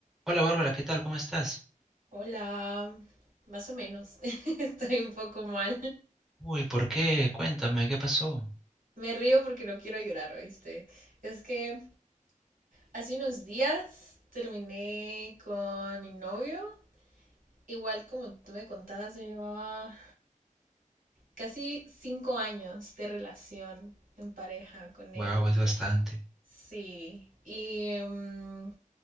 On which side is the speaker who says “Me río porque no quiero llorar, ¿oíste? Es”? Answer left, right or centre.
Right